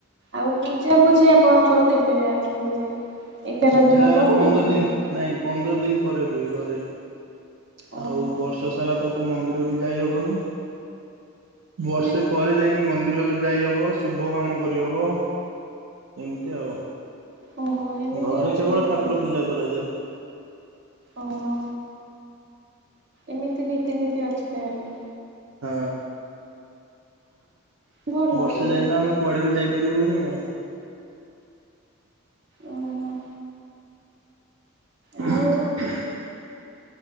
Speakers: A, on the right; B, on the right.
A: ଆଉ ପୂଜା ପୁଜି ଆପଣଙ୍କର କେବେ ଆରମ୍ଭ ହୁଏ? ଏଗାର
B: ପୂଜା
A: ଦିନ ପରେ
B: ପନ୍ଦର
A: ହେଲା।
B: ଦିନ ନାଇଁ ପନ୍ଦର ଦିନ ପରେ ହୁଏ ଘରେ
A: ଓହୋ
B: ଆଉ ବର୍ଷ ସାରା ତ କୋଉ ମନ୍ଦିର ବି ଯାଇହବନି ବର୍ଷେ
A: କାହିଁକି
B: ପରେ ଯାଇକି ମନ୍ଦିର ଯାଇହବ ଶୁଭ କାମ କରିହବ ଏମିତି ଆଉ।
A: ଓହୋ। ଏମିତି
B: ଘରେ
A: ଅଛି
B: କେବଳ
A: ରୀତି
B: ଠାକୁର ପୂଜା କରାଯାଏ।
A: ଓହୋ। ଏମିତି ରୀତିନୀତି ଅଛି ତାହେଲେ?
B: ହଁ
A: ଭଲ
B: ବର୍ଷେ
A: ତେବେ
B: ଯାଇ ତ ଆମେ କୁଆଡେ ବି ଯାଇପାରିବୁନି ଆଉ।
A: ଓ ହୋ।
B: କ୍ଷ୍ମ
A: ଆଉ